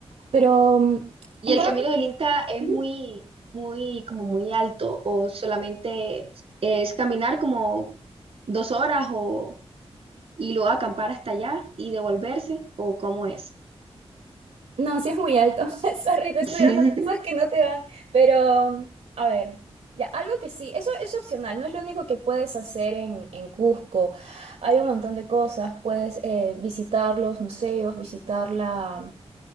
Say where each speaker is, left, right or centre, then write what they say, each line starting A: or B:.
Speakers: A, on the right; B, on the right.
A: Pero mm,
B: Y
A: en
B: el
A: Colombia,
B: camino del Inca es
A: sí.
B: muy, muy, como muy alto, o solamente es caminar como dos horas o y luego acampar hasta allá y devolverse, o cómo es.
A: no, sí es muy alto. <laughs> Sorry, te estoy
B: <laughs>
A: dando cosas que no te van. Pero, mm, a ver, ya, algo que sí, eso es opcional, no es lo único que puedes hacer en, en Cusco. Hay un montón de cosas. Puedes eh, visitar los museos, visitar la